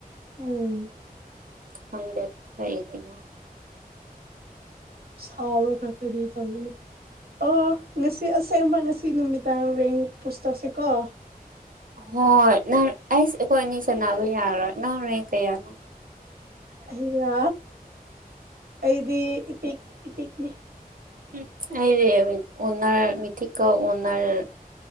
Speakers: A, on the right; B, on the right.
A: ꯎꯝ
B: ꯈꯪꯗꯦ ꯀꯩꯒꯤꯅꯣ
A: ꯁꯥꯎꯔꯒ ꯀꯔꯤ ꯇꯧꯅꯤ ꯑꯣ ꯉꯁꯤ ꯑꯁꯦꯡꯕ ꯉꯁꯤ ꯅꯨꯃꯤꯗꯥꯡ ꯔꯦꯡ ꯄꯨꯁ ꯇꯧꯁꯤꯀꯣ
B: ꯍꯣꯏ ꯅꯪ ꯑꯩꯁ ꯑꯩꯈꯣꯏ ꯑꯅꯤ ꯁꯥꯟꯅꯕ ꯌꯥꯔꯣꯏ ꯅꯪ ꯔꯦꯡ ꯀꯌꯥꯅꯣ
A: ꯑꯩꯔꯣ ꯑꯩꯗꯤ ꯏꯄꯤꯛ ꯏꯄꯤꯛꯅꯤ
B: ꯎꯝ ꯑꯩꯗꯤ ꯑꯣꯟꯅꯔ ꯃꯤꯊꯤꯛꯀꯦꯜ ꯑꯣꯟꯅꯔ